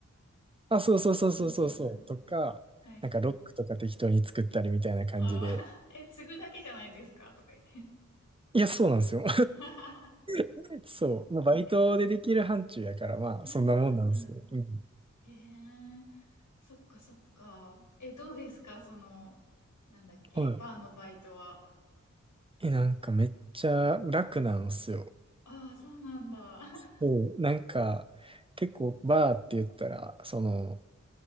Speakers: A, on the right (about 20°); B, on the left (about 85°).
A: あ、そうそうそうそうそうそう、
B: うんうんうん。
A: とか、
B: はいはい。
A: なんかロックとか適当に作ったりみたいな感じで。
B: ああ、<laughs> え、継ぐだけじゃないですかとか言って。
A: いや、そうなんですよ。
B: <laughs>
A: <laughs> そう。まあ、バイトでできる範疇やから、
B: え、
A: まあ、
B: うんうんうん。
A: そんなもんなんですよ。うん。
B: へえ、そっかそっか。え、どうですかその、なんだっけ、
A: は
B: バーのバイトは。
A: い。え、なんかめっちゃ楽なんですよ。
B: ああ、そうなんだ。<laughs>
A: そう。なんか、結構バーって言ったら、その、